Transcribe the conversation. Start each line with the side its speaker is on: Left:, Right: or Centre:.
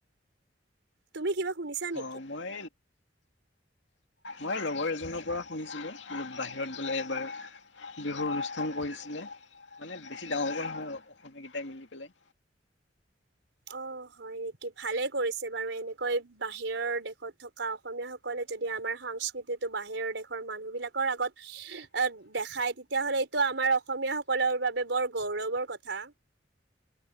Right: তুমি কিবা শুনিছা নেকি?
Left: অঁ মই, মই এই লগৰ এজনৰ পৰা শুনিছিলো বাহিৰত বোলে এবাৰ বিহুৰ অনুষ্ঠান কৰিছিলে মানে বেছি ডাঙৰকে নহয় আৰু অসমীয়া কেইটাই মিলি পেলাই।
Right: অ হয় নেকি, ভালেই কৰিছে বাৰু এনেকৈ বাহিৰৰ দেশত থকা অসমীয়া সকলে যদি আমাৰ সংস্কৃতিটো বাহিৰৰ দেশৰ মানুহ বিলাকৰ আগত দেখাই তেতিয়া হ'লে এইটো আমাৰ অসমীয় সকলৰ বাবে বৰ গৌৰৱৰ কথা।